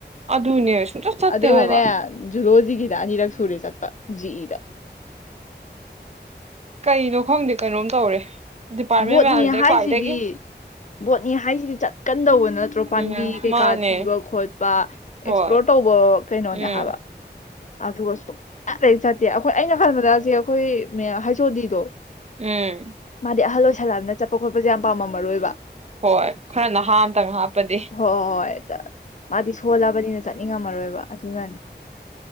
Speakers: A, on the right (about 40°); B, on the left (about 45°).
A: ꯑꯗꯨꯅꯦ꯫ ꯁꯨꯡꯆꯠ ꯆꯠꯇꯦ
B: ꯑꯗꯨꯒꯅꯦ
A: ꯍꯥꯏꯕ
B: ꯖꯨꯂꯣꯖꯤꯒꯤꯗ ꯑꯅꯤꯔꯛ ꯁꯨꯨꯔꯦ ꯆꯠꯄ ꯖꯤ ꯏ ꯗ
A: ꯀꯩꯅꯣ ꯈꯪꯗꯦ ꯀꯩꯅꯣꯝ ꯇꯧꯔꯦ꯫ ꯗꯤꯄꯥꯔꯠꯃꯦꯟ
B: ꯕꯣꯠꯅꯤ
A: ꯃꯌꯥꯝꯁꯦ
B: ꯍꯥꯏꯁꯤꯗꯤ
A: ꯈ꯭ꯋꯥꯏꯗꯒꯤ
B: ꯕꯣꯠꯅꯤ ꯍꯥꯏꯁꯤꯗꯤ ꯆꯠꯀꯟꯗꯧꯕ ꯅꯠꯇ꯭ꯔꯣ
A: ꯎꯝ
B: ꯄꯥꯝꯕꯤ ꯀꯩꯀꯥ
A: ꯃꯥꯅꯦ
B: ꯊꯤꯕ ꯈꯣꯠꯄ
A: ꯍꯣꯏ
B: ꯑꯦꯛꯁꯄ꯭ꯂꯣꯔ ꯇꯧꯕ ꯀꯩꯅꯣꯅꯦ
A: ꯎꯝ
B: ꯍꯥꯏꯕ꯫ ꯑꯗꯨꯒ ꯁꯨꯡꯆꯠ ꯍꯦꯛ ꯆꯠꯇꯦ ꯑꯩꯈꯣꯏ ꯑꯩꯅ ꯈꯟꯕꯗ ꯑꯖꯦ ꯑꯩꯈꯣꯏ ꯃꯦ ꯑ ꯍꯩꯁ ‌ꯑꫭ ꯗꯤꯗꫭ
A: ꯎꯝ
B: ꯗꯤ ꯑꯍꯜ ꯑꯣꯏꯁꯜꯂꯕꯅ ꯆꯠꯄ ꯈꯣꯠꯄꯁꯦ ꯌꯥꯝ ꯄꯥꯝꯃꯝ ꯃꯔꯣꯏꯕ꯫
A: ꯍꯣꯏ ꯈꯔ ꯅꯍꯥ ꯑꯝꯇꯪ ꯍꯥꯞꯄꯗꯤ꯫
B: ꯍꯣꯏ ꯍꯣꯏ ꯍꯣꯏ ꯃꯥꯗꯤ ꯁꯣꯜꯂꯕꯅꯤꯅ ꯆꯠꯅꯤꯡꯉꯝꯃꯔꯣꯏꯕ ꯑꯗꯨꯅꯅꯤ꯫